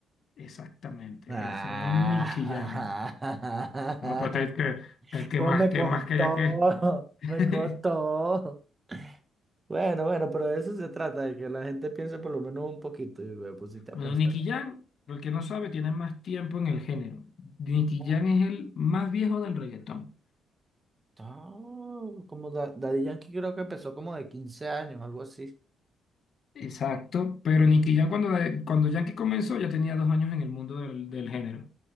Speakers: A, on the left; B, on the right.
A: Exactamente,
B: Ah,
A: el señor Nicky Jam. No me puede creer que,
B: <laughs>
A: el que
B: ¿Cómo
A: más,
B: me
A: que
B: costó?
A: más quería que.
B: <laughs>
A: <laughs>
B: Me costó. Bueno, bueno, pero de eso se trata, de que la gente piense por lo menos un poquito y me pusiste a
A: Bueno,
B: pensar.
A: Nicky Jam, el que no sabe, tiene más tiempo en el género. Nicky
B: Oh,
A: Jam es el más viejo del reggaetón.
B: oh, Como Da- Daddy Yankee creo que empezó como de 15 años, algo así.
A: Exacto, pero Nicky Jam cuando, cuando Yankee comenzó ya tenía dos años en el mundo del, del género,